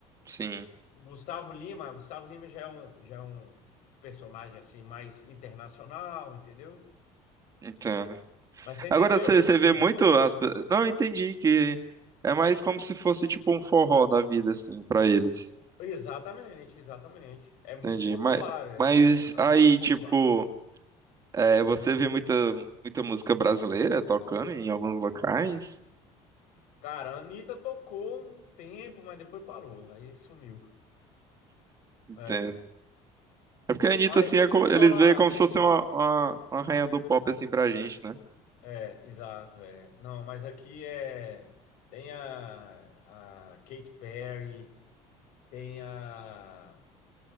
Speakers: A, on the right (about 25°); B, on the left (about 70°).
A: Sim,
B: Gustavo Lima. Gustavo Lima já é um, já é um personagem assim mais internacional, entendeu?
A: entendo.
B: Mas você entendeu?
A: Agora você
B: Assim,
A: você vê muito as... pe- Não, entendi que é mais como se fosse tipo um forró da vida, assim, pra eles.
B: exatamente, exatamente. É muito
A: Entendi.
B: popular,
A: Mas,
B: é
A: mas
B: é
A: aí,
B: muito popular.
A: tipo, é, você vê muita, muita música brasileira tocando em alguns locais?
B: Cara, a Anitta tocou um tempo, mas depois parou, aí sumiu.
A: Entendo.
B: É,
A: É porque a Anitta,
B: mas
A: assim,
B: deixa
A: é como-
B: eu te
A: eles
B: falar.
A: veem como se fosse uma, uma, uma rainha do pop, assim, pra gente, né?
B: É, exato, é. Não, mas aqui é. Tem a, a Katy Perry, tem a.